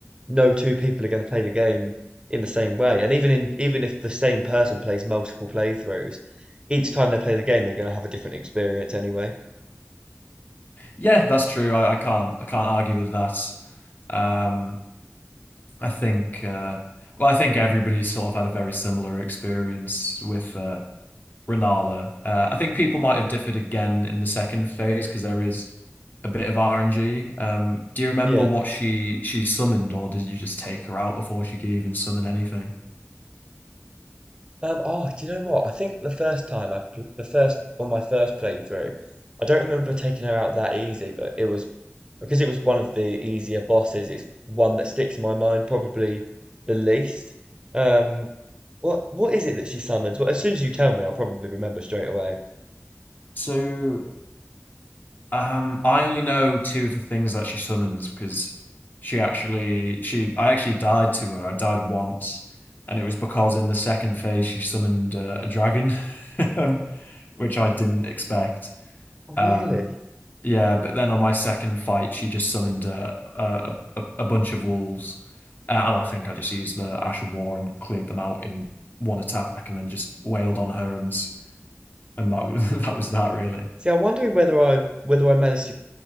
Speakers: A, on the right; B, on the left.
A: no two people are going to play the game in the same way, and even in even if the same person plays multiple playthroughs, each time they play the game, they're going to have a different experience anyway.
B: Yeah, that's true. I, I can't I can't argue with that. Um, I think uh, well, I think everybody's sort of had a very similar experience with uh, Rennala. Uh, I think people might have differed again in the second phase because there is a bit of RNG. Um, do you remember
A: Yeah.
B: what she she summoned, or did you just take her out before she could even summon anything?
A: Um. Oh, do you know what? I think the first time I pl- the first on my first playthrough, I don't remember taking her out that easy, but it was because it was one of the easier bosses, it's one that sticks in my mind probably the least. Um, what what is it that she summons? Well, as soon as you tell me, I'll probably remember straight away.
B: So Um, I only know two of the things that she summons because she actually she I actually died to her. I died once, and it was because in the second phase she summoned uh, a dragon, <laughs> um, which I didn't expect.
A: Oh, really?
B: Um, yeah, but then on my second fight she just summoned uh, a a a bunch of wolves, uh, and I think I just used the Ash of War and cleared them out in one attack, and then just wailed on her and and that was <laughs> that was that really.
A: See, I'm wondering whether I whether I managed to